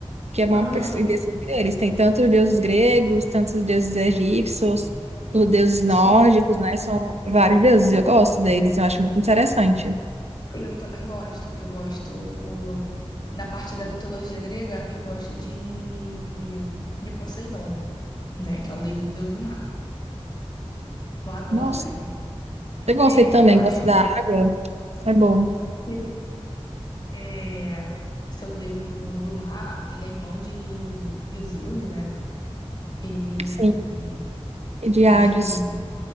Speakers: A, on the right; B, on the left.
A: que é bom
B: Aham,
A: perceber sobre eles. Tem tanto os deuses gregos, tanto os deuses egípcios, os deuses nórdicos,
B: sim.
A: né? São vários deuses, eu gosto deles, eu acho muito interessante.
B: Eu também gosto. Eu gosto da parte da mitologia grega, eu gosto de, de Poseidon, né? Que é o deus, deus do mar. Eu adoro
A: Nossa,
B: ele.
A: eu gostei
B: É,
A: também,
B: eu acho
A: gosto da água, é bom.
B: que ele é seu deus do, do mar. Ele é irmão de, de Zeus, né? Ele
A: Sim, e de
B: acho
A: Hades.
B: um.